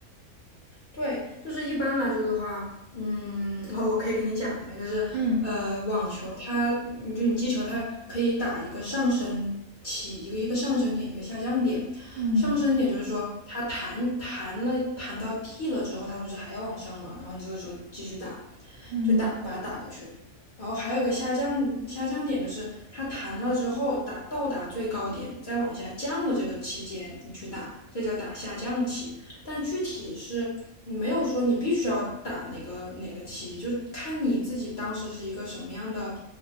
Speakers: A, on the left (about 40°); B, on the right (about 85°).
A: 对，就是一般来说的话，嗯，我我可以给你讲一下，就是呃，
B: 嗯
A: 网球它，你就你击球，它可以打一个上升起，一个一个上升点，一个下降点。
B: 嗯
A: 上升点就是说，它弹弹了弹到地了之后，它不是还要往上嘛？然后你这个时候继续打，
B: 嗯
A: 就打把它打过去。然后还有一个下降下降点，就是它弹了之后打到达最高点，再往下降的这个期间，你去打，这叫打下降期。但具体是没有说你必须要打哪个哪个棋，就看你自己当时是一个什么样的